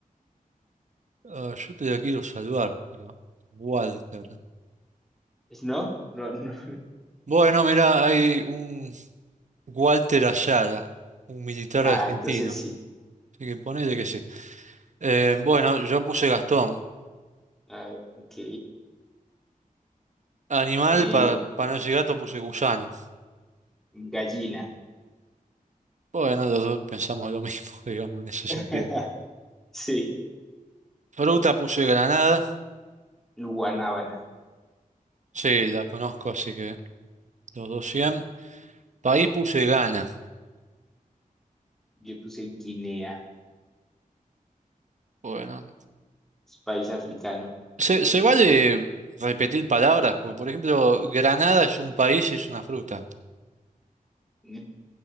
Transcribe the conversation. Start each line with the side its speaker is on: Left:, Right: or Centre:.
Right: Ah, yo te la quiero salvar, pero Walter.
Centre: ¿No? No, no.
Right: Bueno, mirá, hay un Walter Ayala, un militar
Centre: Ah,
Right: argentino.
Centre: entonces sí.
Right: Así que ponele que sí. Eh, bueno, yo puse Gastón.
Centre: Ah, ok.
Right: Animal,
Centre: Eh,
Right: para, para no decir gato, puse gusano.
Centre: gallina.
Right: Bueno, los dos pensamos lo mismo, <laughs> digamos, en ese sentido.
Centre: <laughs> Sí.
Right: Fruta puse granada.
Centre: Guanábana.
Right: Sí, la conozco, así que los dos 100. País puse Ghana.
Centre: Yo puse Guinea.
Right: Bueno.
Centre: Es país africano.
Right: ¿Se, se vale repetir palabras? Porque, por ejemplo, granada es un país y es una fruta.
Centre: Mm,